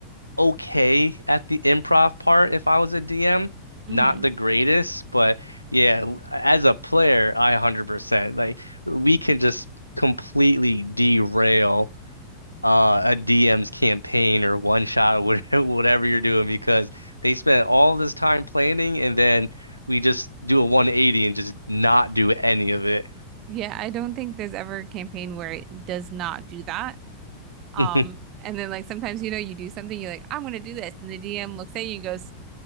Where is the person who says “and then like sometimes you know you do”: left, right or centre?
Right